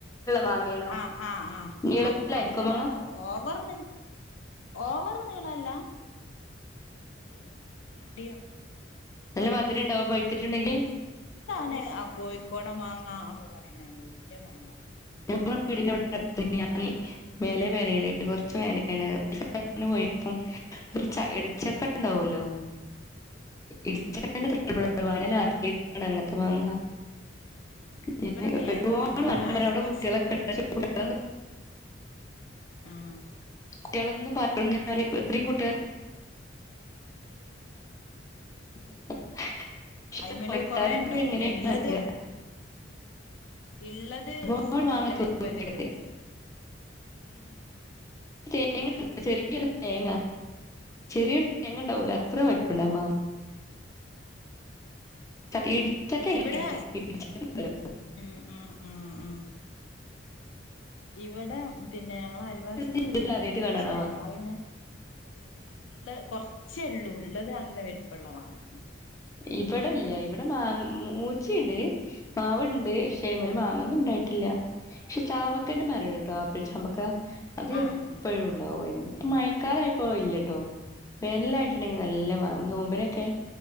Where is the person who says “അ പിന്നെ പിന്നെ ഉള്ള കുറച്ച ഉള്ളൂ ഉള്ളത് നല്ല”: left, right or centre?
Left